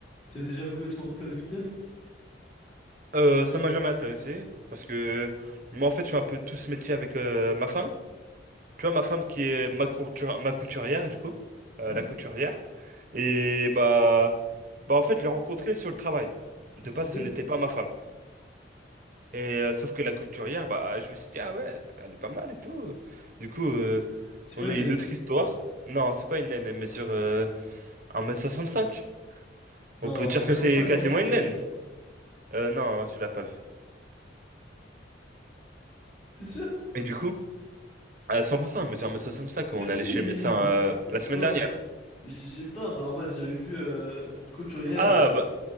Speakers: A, on the left; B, on the right.
A: T'as déjà voulu être en couple avec une naine?
B: euh, ça m'a jamais intéressé parce que moi, en fait, je fais un peu tout ce métier avec euh, ma femme. Tu vois, ma femme qui est ma courtu- ma couturière, du coup, euh,
A: Ouais?
B: la couturière. Et bah, bah en fait, je l'ai rencontrée sur le travail. De
A: C'était
B: base,
A: une naine?
B: ce n'était pas ma femme. Et euh, sauf que la couturière, bah, je me suis dit, ah ouais, elle est pas mal et tout. Du coup, euh,
A: C'est
B: on
A: pas
B: a
A: une
B: eu
A: naine.
B: une autre histoire. Non, c'est pas une naine, elle mesure euh, un mètre soixante cinq.
A: Non,
B: On peut dire
A: 55,
B: que c'est quasiment
A: non? J'ai
B: une
A: déjà
B: naine.
A: vu, je crois.
B: Euh, non, tu l'as pas vue.
A: T'es sûr?
B: Et du coup, à 100%, elle mesure un mètre soixante cinq. On
A: Mais si,
B: est allé chez le médecin euh,
A: si, si.
B: la semaine
A: Non,
B: dernière.
A: mais, j'ai- j'ai- non, mais en mode, j'avais vu euh, une couturière.
B: Ah,
A: euh.
B: bah,